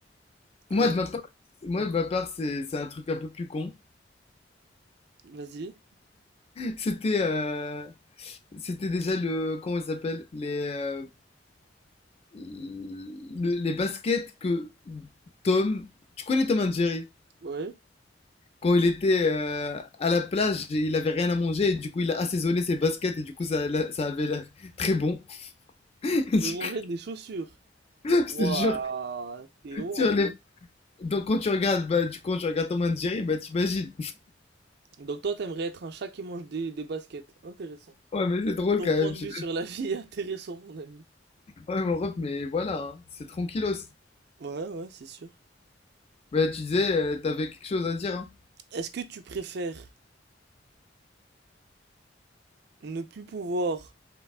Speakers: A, on the left; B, on the right.
A: Moi
B: Ouais,
A: de ma part, moi de ma part, c'est c'est un truc un peu plus con.
B: vas-y.
A: C'était euh, c'était déjà le comment il s'appelle les euh, le- les baskets que Tom. Tu connais Tom and Jerry?
B: Ouais.
A: quand il était euh, à la plage, il avait rien à manger et du coup il a assaisonné ses baskets et du coup ça, l'a- ça avait l'air très bon. <laughs> Du
B: Je veux manger
A: coup,
B: des chaussures?
A: je
B: Waouh,
A: te jure,
B: t'es loin,
A: sur les- Donc quand tu regardes, bah, du coup, quand tu regardes Tom and Jerry, bah t'imagines.
B: Donc toi, t'aimerais être un chat qui mange des, des baskets. Intéressant.
A: Ouais, mais c'est drôle
B: Ton
A: quand
B: point
A: même.
B: de
A: J'ai
B: vue sur la vie est intéressant, mon ami.
A: ouais, mon ref, mais voilà, hein, c'est tranquillos.
B: Ouais, ouais, c'est sûr.
A: Bah tu disais, euh, t'avais quelque chose à dire. Hein.
B: Est-ce que tu préfères ne plus pouvoir